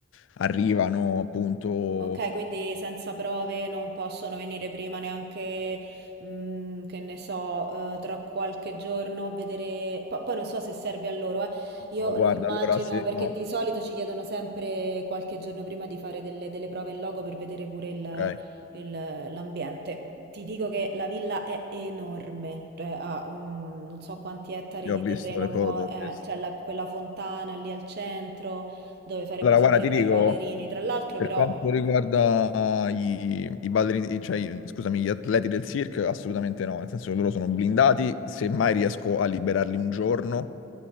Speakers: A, on the left; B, on the right.
A: arrivano appunto.
B: Ok, quindi senza prove non possono venire prima neanche, mm, che ne so, eh, tra qualche giorno a vedere. po- poi non so se serve a loro, eh. Io
A: "Oh, guarda,
B: lo immagino
A: allora se
B: perché
A: no,
B: di solito ci chiedono sempre qualche giorno prima di fare delle, delle prove in loco per vedere pure il-
A: ok,
B: il- l'ambiente. Ti dico che la villa è enorme, cioè ha un, non so quanti ettari
A: sì, ho
B: di
A: visto
B: terreno
A: le foto.
B: fuori,
A: ho visto.
B: c'è la- quella fontana lì al centro dove faremo
A: Allora,
B: esibire
A: guarda, ti
B: poi
A: dico.
B: i ballerini. Tra l'altro,
A: Per
B: però,
A: quanto riguarda i, i ballerini, cioè, i- scusami, gli atleti del circo, assolutamente no, nel senso che loro sono blindati, semmai riesco a liberarli un giorno,